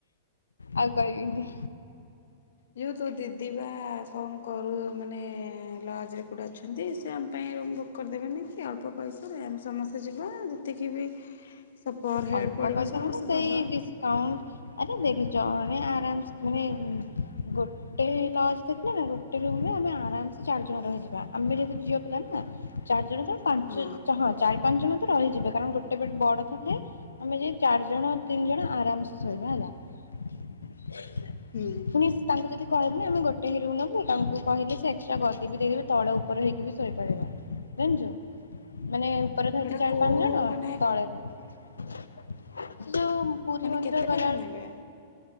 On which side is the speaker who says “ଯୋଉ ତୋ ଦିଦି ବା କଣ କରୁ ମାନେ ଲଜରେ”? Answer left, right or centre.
Left